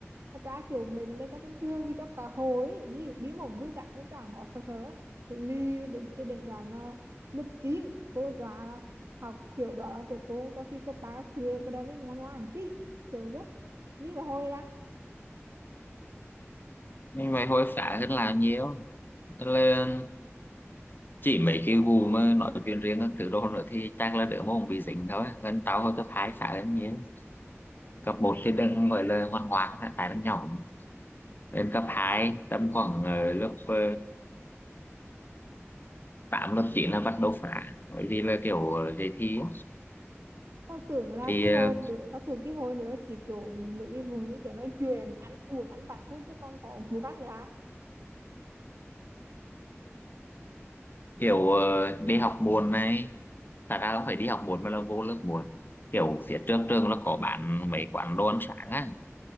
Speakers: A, on the right; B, on the left.
A: mà trả kiểu mấy vấn đề cho bình thường đi cho cả hồi ấy, đi đi mỏng vui cả nên trả nó sợ sợ ấy kiểu ly đến khi đến đoàn là lớp 9 cô dọa là học kiểu đó là kiểu cô cho thi cấp ba các thứ bắt đầu mới ngoan ngoãn tí kiểu rất mi và hồi lắm
B: nhưng vậy hối phá hơn là nhiều Tức là chỉ mấy cái vụ mà nói chuyện riêng các thứ đồ nữa thì chắc là đỡ mong bị dính thôi nên tao hồi cấp hai phá hơn nhiều cấp một thì đừng gọi là ngoan ngoãn tại đang nhỏ lên cấp hai tầm khoảng ờ, lớp ờ, tám lớp chín là bắt đầu phá bởi vì là kiểu ờ, đề thi ấy.
A: tao tưởng là
B: thì
A: cái hồi
B: ờ,
A: nữa tao tưởng cái hồi nữa nó chỉ kiểu mấy cái vụ như kiểu nói chuyện ăn uống ăn vặt thôi chứ còn có vụ khác nữa à
B: kiểu ờ, đi học muộn này thật ra không phải đi học muộn mà là vô lớp muộn kiểu phía trước trường nó có bán mấy quán đồ ăn sáng á